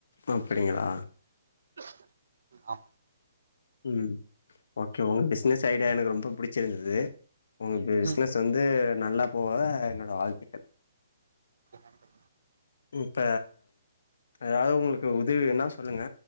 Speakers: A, on the left (about 70°); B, on the right (about 75°).
A: அப்பிடியா
B: ஆமா
A: ம் ஓகே உங்க பிசனஸ் ஐடியா எனக்கு ரொம்ப புடிச்சிருந்தது உங்க பிசினஸ்
B: ம்,
A: வந்து நல்லா போவ என்னோட வாழ்த்துக்கள்
B: நன்றி.
A: இப்ப ஏதாவது உங்களுக்கு உதவி வேணா சொல்லுங்க